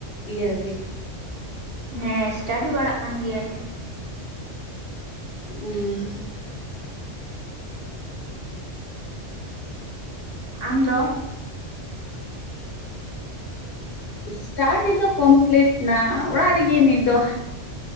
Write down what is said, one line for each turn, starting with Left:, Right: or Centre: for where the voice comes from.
Left: ᱤᱭᱟᱹᱜᱮ
Right: ᱦᱮᱸ ᱥᱴᱟᱰᱤ ᱵᱟᱲᱟᱜ ᱠᱟᱱ ᱜᱤᱭᱟᱹᱧ᱾
Left: ᱦᱩᱸ
Right: ᱟᱢ ᱫᱚ?
Left: ᱥᱴᱟᱨᱴ ᱫᱚ ᱠᱚᱢᱯᱞᱤᱴ ᱮᱱᱟ ᱚᱲᱟᱜ ᱨᱮᱜᱮ ᱱᱤᱛ ᱫᱚ᱾